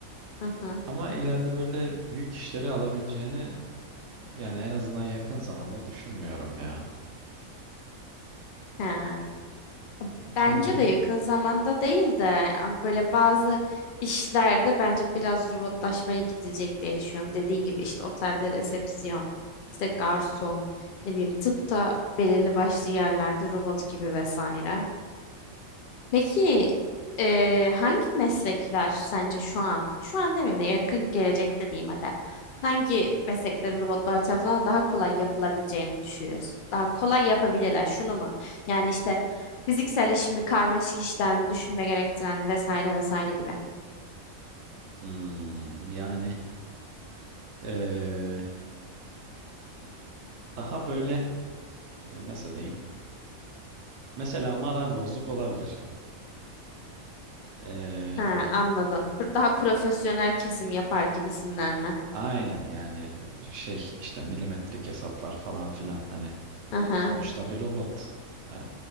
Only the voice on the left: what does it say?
hı hı.
Ha.
Bence de yakın zamanda değil de yani böyle bazı işlerde bence biraz robotlaşmaya gidilecek diye düşünüyorum. Dediğin gibi işte otelde resepsiyon, işte garson, ne bileyim tıpta belirli başlı yerlerde robot gibi vesaire. Peki eee, hangi meslekler sence şu an, şu an demeyeyim de yakın gelecekte diyeyim hadi. Hangi mesleklerin robotlar tarafından daha kolay yapılabileceğini düşünüyorsun? Daha kolay yapabilirler şunu mu? Yani işte fiziksel iş mi, karmaşık işler mi, düşünme gerektiren vesaire vesaire gibi.
Ha, anladım. Daha profesyonel kesim yapar gibisinden mi?
Aha,